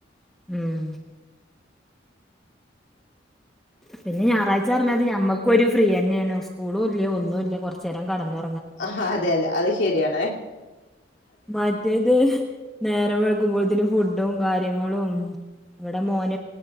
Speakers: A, in the centre; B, on the left (about 75°).
A: ഉം പിന്നെ ഞായറാഴ്ച പറഞ്ഞത് ഞമ്മക്ക ഒരു ഫ്രീ തന്നെയാണ് സ്കൂളും ഇല്ല ഒന്നുമില്ല കുറച്ചു നേരം കിടന്ന്
B: ആ അതെ അതെ അത് ശരിയാണേ
A: മറ്റേത് നേരം വൈകുമ്പോഴത്തിന് ഫുഡും കാര്യങ്ങളും ഉ ഇവിടെ മോന